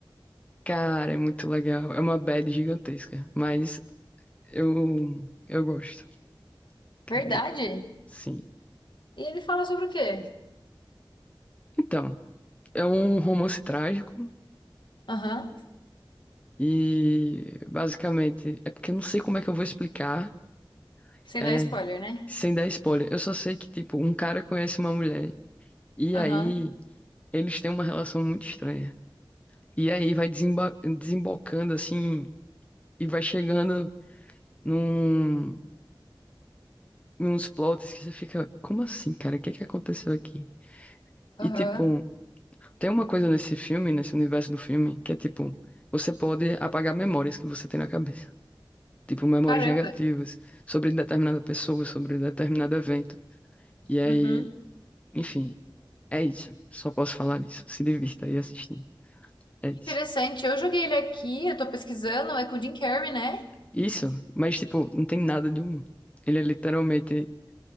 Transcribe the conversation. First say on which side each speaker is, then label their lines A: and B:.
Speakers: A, on the left (about 15°); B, on the left (about 65°).
A: Cara, é muito legal. É uma bad gigantesca, mas eu, eu gosto. Cara,
B: Verdade?
A: e- sim.
B: E ele fala sobre o quê?
A: Então, é um romance trágico.
B: Aham.
A: E basicamente, é porque eu não sei como é que eu vou explicar,
B: Sem
A: é,
B: dar spoiler, né?
A: sem dar spoiler. Eu só sei que, tipo, um cara conhece uma mulher. E
B: Aham.
A: aí, eles têm uma relação muito estranha. E aí vai desemba- desembocando assim, e vai chegando num, uns plots que você fica, como assim, cara? O que que aconteceu aqui?
B: Aham.
A: E tipo, tem uma coisa nesse filme, nesse universo do filme, que é tipo, você pode apagar memórias que você tem na cabeça. tipo memórias
B: Caramba.
A: negativas sobre determinada pessoa, sobre determinado evento. E aí,
B: Uhum.
A: enfim, é isso. Só posso falar isso. Se divirta aí assistindo. É isso.
B: Interessante. Eu joguei ele aqui, eu tô pesquisando, é com o Jim Carrey, né?
A: Isso, mas tipo, não tem nada de humor. Ele é literalmente